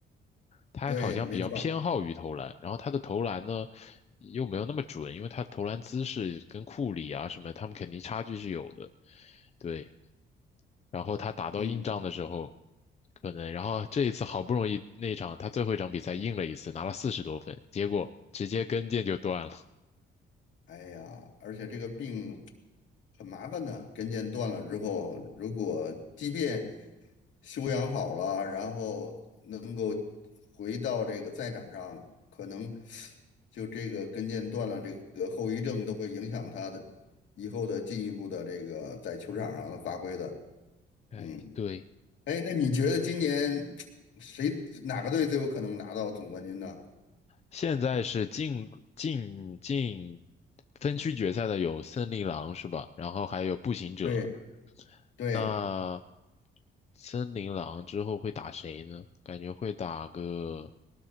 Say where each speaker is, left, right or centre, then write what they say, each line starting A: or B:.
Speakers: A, on the left; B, on the left.
A: 他好像比较偏好于投篮，
B: 对，没错儿
A: 然后他的投篮呢又没有那么准，因为他投篮姿势跟库里啊什么他们肯定差距是有的，对。然后他打到硬仗的时候，
B: 嗯，
A: 可能，然后这一次好不容易那一场他最后一场比赛硬了一次，拿了四十多分，结果直接跟腱就断了。
B: 哎呀，而且这个病很麻烦的，跟腱断了之后，如果即便修养好了，然后能够回到这个赛场上，可能就这个跟腱断了，这个后遗症都会影响他的以后的进一步的这个在球场上的发挥的。
A: <laughs> 哎，
B: 嗯，
A: 对，
B: 哎，那你觉得今年谁哪个队最有可能拿到总冠军呢？
A: 现在是进进进分区决赛的有森林狼是吧？然后还有步行者。
B: 对对，
A: 那森林狼之后会打谁呢？感觉会打个，